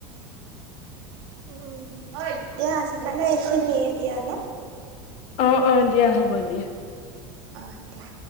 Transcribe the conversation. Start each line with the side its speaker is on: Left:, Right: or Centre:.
Right: উম দিয়া আজি কাৰণে এইখিনিয়ে দিয়া ন।
Left: অ অ দিয়া হ'ব দিয়া।
Right: আহ দিয়া।